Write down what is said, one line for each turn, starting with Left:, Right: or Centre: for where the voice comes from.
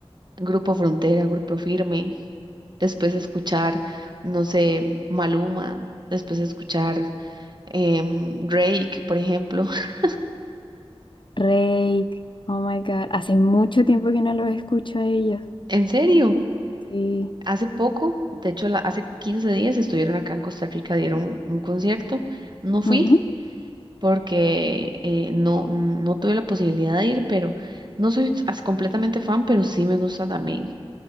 Right: Grupo Frontera, Grupo Firme, después escuchar, no sé, Maluma, después escuchar em, Drake, por ejemplo. <laughs>
Left: Rey, oh my God, hace mucho tiempo que no los escucho a ellos.
Right: En serio,
Left: Sí,
Right: hace poco, de hecho la- hace 15 días estuvieron acá en Costa Rica, dieron un concierto. No fui
Left: Ujú.
Right: porque eh, no, no tuve la posibilidad de ir, pero no soy as- completamente fan, pero sí me gusta también.